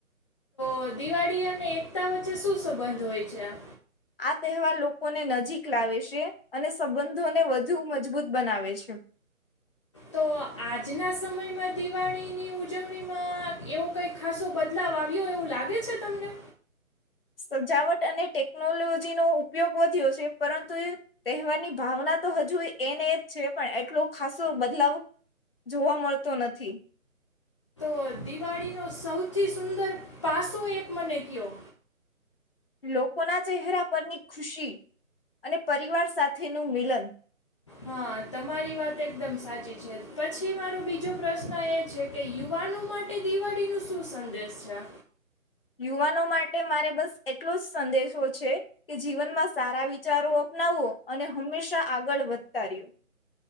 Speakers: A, on the left; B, on the left.
A: તો દિવાળી અને એકતા વચ્ચે શું સંબંધ હોય છે આ?
B: આ તહેવાર લોકોને નજીક લાવે શે અને સંબંધોને વધુ મજબૂત બનાવે છે.
A: તો આજના સમયમાં દિવાળીની ઉજવણીમાં એવો કઈ ખાસો બદલાવ આવ્યો એવું લાગે છે તમને?
B: સજાવટ અને ટેકનોલોજીનો ઉપયોગ વધ્યો છે પરંતુ એ તહેવારની ભાવના તો હજુ એને એ જ છે પણ એટલો ખાસો બદલાવ જોવા મળતો નથી.
A: તો દિવાળીનો સૌથી સુંદર પાસો એક મને કયો.
B: લોકોના ચહેરા પરની ખુશી અને પરિવાર સાથેનું મિલન.
A: હા, મારી વાત એકદમ સાચી છે પછી મારો બીજો પ્રશ્ન એ છે કે યુવાનો માટે દિવાળીનું શું સંદેશ છે?
B: યુવાનો માટે મારે બસ એટલો જ સંદેશો છે કે જીવનમાં સારા વિચારો અપનાવવો અને હંમેશા આગળ વધતા રહ્યો.